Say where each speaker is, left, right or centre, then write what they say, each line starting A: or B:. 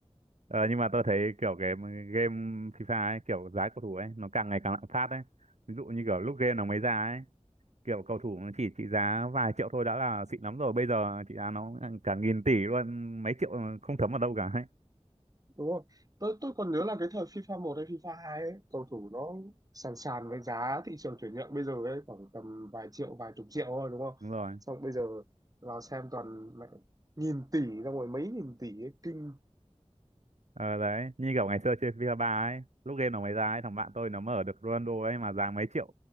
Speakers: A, on the right; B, on the right.
A: Ờ, nhưng mà tôi thấy kiểu cái game FIFA ấy, kiểu giá cầu thủ ấy, nó càng ngày càng lạm phát ấy. Ví dụ như kiểu lúc game nó mới ra ấy, kiểu cầu thủ nó chỉ trị giá vài triệu thôi đã là xịn lắm rồi. Bây giờ trị giá nó cả nghìn tỷ luôn, mấy triệu không thấm vào đâu cả ấy.
B: đúng không tôi tôi còn nhớ là cái thời FIFA một hay FIFA 2 ấy cầu thủ nó sàn sàn với giá thị trường chuyển nhượng bây giờ ấy khoảng tầm vài triệu vài chục triệu thôi đúng không
A: Đúng rồi.
B: xong bây giờ vào xem toàn mẹ nghìn tỷ xong rồi mấy nghìn tỷ ấy, kinh
A: Ờ, đấy, như kiểu ngày xưa chơi FIFA 3 ấy, lúc game nó mới ra ấy, thằng bạn tôi nó mở được Ronaldo ấy mà giá mấy triệu,